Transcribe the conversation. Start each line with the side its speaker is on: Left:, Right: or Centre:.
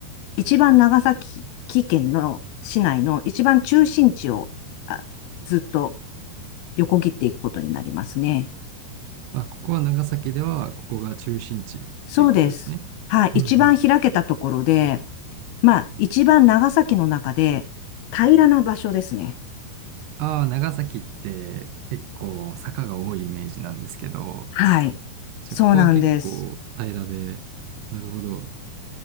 Left: 一番長崎県の市内の一番中心地をあずっと横切っていくことになりますね。
Right: あ、ここは長崎では、ここが中心地っていうことですね。
Left: そうです。はい。一番開けたところで、
Right: うんうんうん。
Left: まあ、一番長崎の中で平らな場所ですね。
Right: ああ、長崎って結構坂が多いイメージなんですけど、
Left: はい。
Right: じゃあここは結構平らで、
Left: そうなんです。
Right: なるほど。